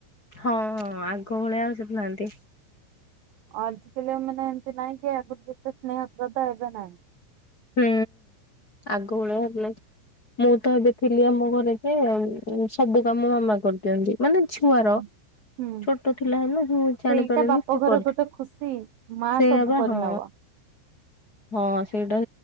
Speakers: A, on the left; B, on the right.
A: ହଁ ହଁ ଆଗ ଭଳିଆ, ଆଉ ସେଠୁ ନାହାନ୍ତି।
B: ଆଜିକାଲି ଆଉ ମାନେ, ଏମିତି ନାହିଁ କି ଆଗରୁ ଯେତେ ସ୍ନେହ ଶ୍ରଦ୍ଧା, ଏବେ ନାହିଁ।
A: ହୁଁ ଆଗ ଭଳିଆ ହେଲେ, ମୁଁ ତ ଏବେ ଥିଲି ଆମ ଘରେ ଯେ, ସବୁ କାମ ମାମା କରିଦିଅନ୍ତି। ମାନେ ଛୁଆର,
B: ହଁ। ହୁଁ
A: ଛୋଟ ଥିଲା ହେ ନା ମୁଁ ଜାଣିପାରିନି
B: ସେଇଟା ବାପ
A: ସେ
B: ଘର
A: କରିଥିଲେ,
B: ଗୋଟେ ଖୁସି ମା
A: ସେୟା
B: ସବୁ
A: ବା
B: କରିନବ
A: ହଁ ହଁ ସେଇଟା।